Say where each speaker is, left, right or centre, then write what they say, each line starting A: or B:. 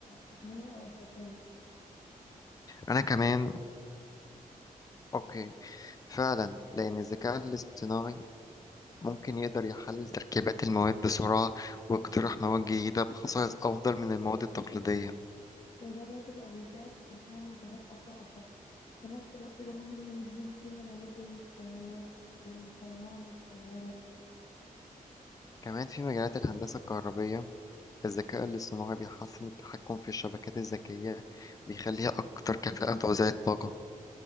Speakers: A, on the left; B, on the left.
A: تقنية أو أخلاقية
B: أنا كمان أوكي فعلا لأن الذكاء الاصطناعي ممكن يقدر يحلل تركيبات المواد بسرعة ويقترح مواد جديدة بخصائص أفضل من المواد التقليدية
A: وده برضو بقى بيساعد في تصنيع منتجات أقوى وأخف في نفس الوقت ده مهم جدا في مجالات زي الطيارات والطيران والسيارة
B: كمان في مجالات الهندسة الكهربية الذكاء الاصطناعي بيحسن التحكم في الشبكات الذكية بيخليها أكتر كفاءة في توزيع الطاقة